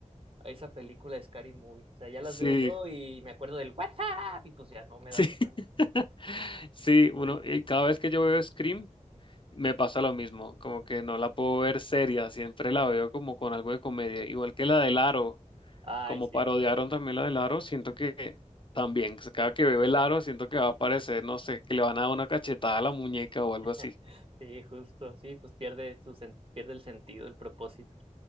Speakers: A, on the right; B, on the left.
A: a esa película de Scary Movie. O sea, ya las
B: Sí,
A: veo yo y me acuerdo del WhatsApp y pues ya no me
B: sí,
A: da miedo.
B: <laughs> sí, uno, y cada vez que yo veo Scream me pasa lo mismo, como que no la puedo ver seria, siempre la veo como con algo de comedia, igual que la del Aro,
A: Ay,
B: como
A: sí,
B: parodiaron también la del Aro, siento que también, pues, cada que veo el Aro siento que va a aparecer, no sé, que le van a dar una cachetada a la muñeca o algo
A: <laughs>
B: así.
A: sí, justo, sí, pues pierde su sen- pierde el sentido, el propósito.